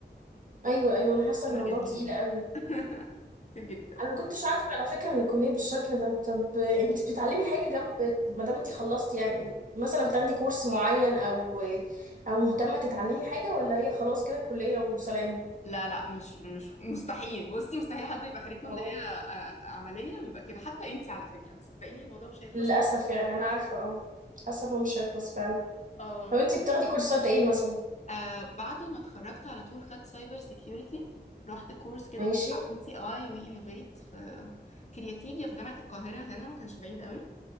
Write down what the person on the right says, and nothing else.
ايوه ايوه انا حاسه الموضوع
تقيل قوي
انا ما كنتش عارفه على فكره ان الكليه بالشكل ده طب انت بتتعلمي حاجه جنب ما دام انت خلصتي يعني مثلا بتاخدي كورس معين او او مهتمه تتعلمي حاجه ولا هي خلاص كده الكليه وسلام
اه
للاسف يعني انا عارفه اه للاسف هو مش هيخلص فعلا
طب انت بتاخدي كورسات ايه مثلا
ماشي